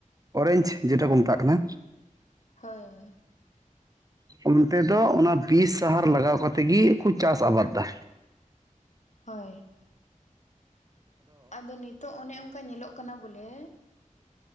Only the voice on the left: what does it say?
ᱦᱳᱭ ᱦᱳᱭ᱾
ᱦᱚᱭ᱾ ᱟᱫᱚ ᱱᱤᱛᱚᱜ ᱚᱱᱮ ᱚᱱᱠᱟ ᱧᱮᱞᱚᱜ ᱠᱟᱱᱟ, ᱵᱚᱞᱮ